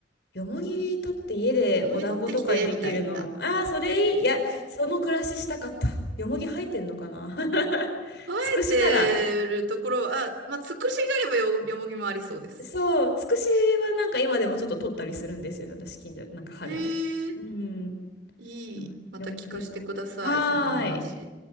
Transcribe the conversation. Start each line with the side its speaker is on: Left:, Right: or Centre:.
Left: よもぎ取って家でお団子とかにできるのああそれいいいやその暮らししたかったよもぎ生えてんのかな
Right: よもぎ取ってきて、みたいな。
Left: <laughs>
Right: 生えてるところは、
Left: つくしなら
Right: あ、まあ、つくしがあればよ、よもぎもありそうです。
Left: そう、つくしはなんか今でもちょっと取ったりするんですよね、私、近所、なんか春に。
Right: へえ、
Left: うん、で
Right: いい。
Left: もよもぎも。
Right: また聞かせてください、
Left: はーい。
Right: その話。